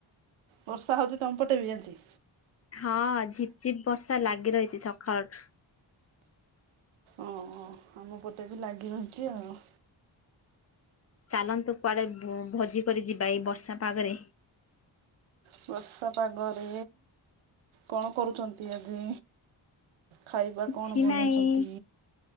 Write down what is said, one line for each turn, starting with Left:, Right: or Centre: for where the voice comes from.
Right: ବର୍ଷା ହଉଚି ତମ ପଟେ ବି ଆଜି?
Left: ହଁ ଝିପ ଝିପ ବର୍ଷା ଲାଗି ରହିଚି ସକାଳଠୁ।
Right: ଓହୋ ଆମ ପଟେ ବି ଲାଗି ରହିଚି ଆଉ
Left: ଚାଲନ୍ତୁ କୁଆଡେ ଭୋଜି କରି ଯିବା ଏଇ ବର୍ଷା ପାଗରେ।
Right: ବର୍ଷା ପାଗରେ କଣ କରୁଚନ୍ତି ଆଜି? ଖାଇବା
Left: କିଛି
Right: କଣ ବନେଇଚନ୍ତି?
Left: ନାହିଁ।